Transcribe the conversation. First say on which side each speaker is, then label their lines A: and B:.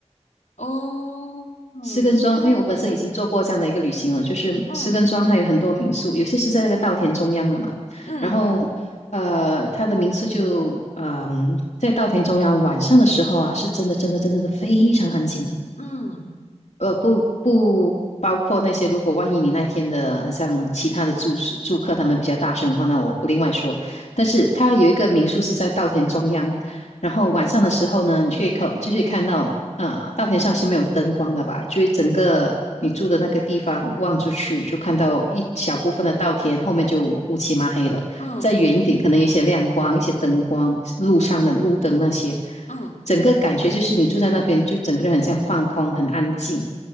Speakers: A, on the left; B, on the left.
A: 哦，嗯嗯
B: 石根庄，哎，我本身已经做过这样的一个旅行了，就是石根庄它有很多民宿，
A: 嗯
B: 有些是在那个稻田中央的嘛，
A: 嗯
B: 然后呃，它的民宿就嗯、在稻田中央，晚上的时候啊，是真的真的真的真的非常安静的。
A: 嗯。
B: 呃，不不包括那些，如果万一你那天的，好像其他的住宿住客他们比较大声的话，那我我另外说。但是它有一个民宿是在稻田中央，然后晚上的时候呢，你就可以看，就是看到，呃，稻田上是没有灯光的吧？就是整个你住的那个地方望出去，就看到一小部分的稻田，后面就乌漆嘛黑了。
A: 嗯
B: 再远一点，
A: <laughs>
B: 可能有一些亮光，一些灯光，路上的路灯那些。
A: 嗯，
B: 整个感觉就是你住在那边，就整个人很像放空，很安静，